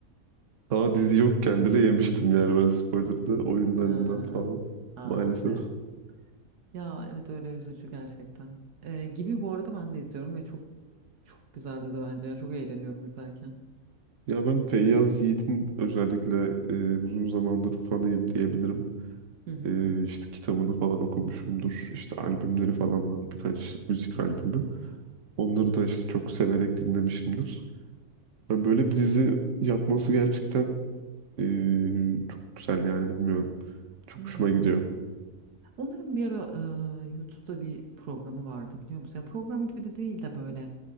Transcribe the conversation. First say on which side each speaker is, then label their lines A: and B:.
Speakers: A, on the right (about 55°); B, on the right (about 90°).
A: Daha dizi yokken bile yemiştim yani ben spoiler'da oyunlarından
B: Ha,
A: falan.
B: Ah
A: Maalesef.
B: be. Ya evet öyle üzücü gerçekten. Ee, gibi bu arada ben de izliyorum ve çok çok güzel dizi bence. ya. Çok eğleniyorum izlerken.
A: Ya ben Feyyaz Yiğit'in özellikle e, uzun zamandır fanıyım diyebilirim.
B: Hı hı.
A: E, işte kitabını falan okumuşumdur. İşte albümleri falan var birkaç müzik albümü. Onları da işte çok severek dinlemişimdir. Yani böyle bir dizi yapması gerçekten e, çok güzel yani bilmiyorum. Çok
B: Evet.
A: hoşuma gidiyor.
B: Onların bir ara e, YouTube'da bir programı vardı biliyor musun? Ya program gibi de değil de böyle.